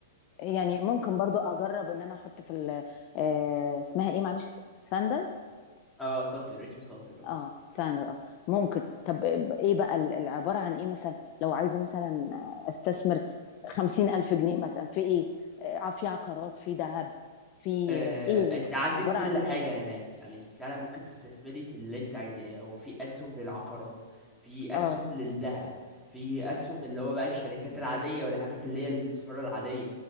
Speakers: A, on the left; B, in the centre.
A: يعني ممكن برضو اجرب ان انا احط في ال- آه، اسمها ايه معلش ثاندر
B: اه ثاندر اسمه ثاندر
A: اه ثانر اه ممكن طب ايه بقى ال- العبارة عن ايه مثلا لو عايزة مثلا استثمر خمسين ألف جنيه مثلا في ايه آه، في عقارات في ذهب في
B: آه،
A: آه، ايه
B: انت عندك
A: عبارة
B: كل
A: عن ايه
B: حاجة هناك يعني انت فعلا ممكن تستثمري في اللي انت عايزاه هو في اسهم للعقارات في
A: اه
B: اسهم للذهب في اسهم اللي هو بقى الشركات العادية والحاجات اللي هي الاستثمار العادية